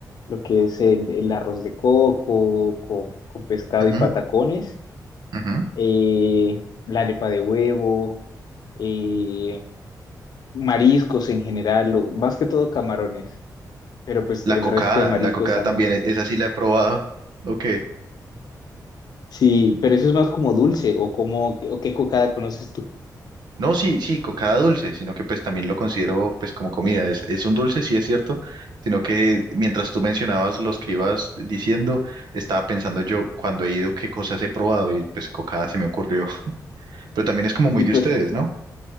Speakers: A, on the left (about 70°); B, on the right (about 85°).
A: lo que es el, el arroz de coco con, con pescado
B: Ujú,
A: y patacones,
B: ujú.
A: eh, la arepa de huevo, eh, mariscos en general, lo- más que todo camarones, pero pues
B: La
A: el
B: cocada,
A: resto de mariscos
B: la cocada
A: también.
B: también, e- esa sí la he probado. <laughs> Ok.
A: Sí, pero eso es más como dulce o como o qué cocada conoces tú.
B: No, sí, sí, cocada dulce, sino que pues también lo considero pues como comida. Es, es un dulce, sí es cierto, sino que mientras tú mencionabas los que ibas diciendo, estaba pensando yo cuando he ido qué cosas he probado y pues cocada se me ocurrió. <laughs> Pero también es como muy
A: Y
B: de
A: pues
B: ustedes, ¿no?